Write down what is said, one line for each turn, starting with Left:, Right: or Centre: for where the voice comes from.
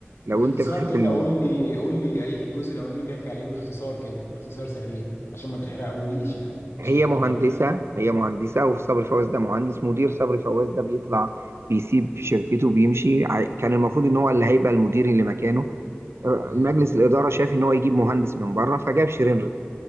Right: لو
Left: باختصار
Right: أنت بتحب
Left: كده
Right: ال...
Left: قول لي قول لي اي الجزء الاولاني بيحكي على ايه باختصار كده اختصار سريع عشان ما تحرقهوليش يعني عشان
Right: هي
Left: اتفرج
Right: مهندسة
Left: عليه
Right: هي مهندسة وفي صبري فواز ده مهندس مدير صبري فواز ده بيطلع بيسيب شركته بيمشي ع- كان المفروض ان هو اللي هيبقى المدير اللي مكانه ر-
Left: ايوه
Right: مجلس الإدارة شاف ان هو يجيب مهندس من بره فجاب شيرين